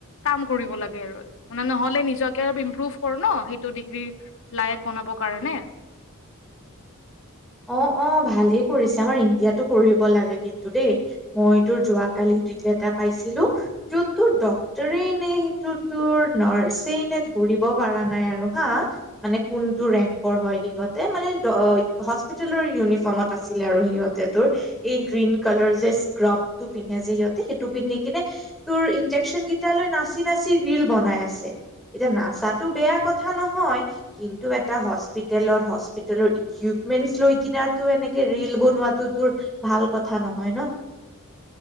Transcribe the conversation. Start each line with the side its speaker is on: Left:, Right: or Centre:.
Left: কাম কৰিব লাগে আৰু মানে নহলে নিজকে আৰু ইমপ্ৰুভ কৰো ন সেইটো ডিগ্ৰী লাইক বনাব কাৰণে
Centre: অ অ ভালেই কৰিছে আমাৰ ইণ্ডিয়াতো কৰিব লাগে কিন্তু দেই মই তোৰ যোৱাকালি দিল এটা পাইছিলো যত তোৰ ডটৰে নে সেইটো তোৰ নাৰছেই নে ধৰিব পৰা নাই আৰু হা মানে কোনটো ৰেংকৰ হয় সিহঁতে মানে হস্পিিতলৰ ইউনিফৰ্মত আছিলে আৰু সিহঁতে তোৰ এই গ্ৰীণ কালাৰ যে স্ক্ৰাব টো পিন্ধে যে সিহঁতে সেইটো পিন্ধি কিনে তোৰ ইন্জেকচন কেইটালৈ নাচি নাচি ৰীল বনাই আছে এতিয়া নাচাতো বেয়া কথা নহয় কিন্তু এটা হস্পিতেলত হস্পিতেলৰ ইক মেইন লৈ কিনাৰতো এনেকে ৰীল বনোৱাাতটো তোৰ ভাল কথা নহয় ন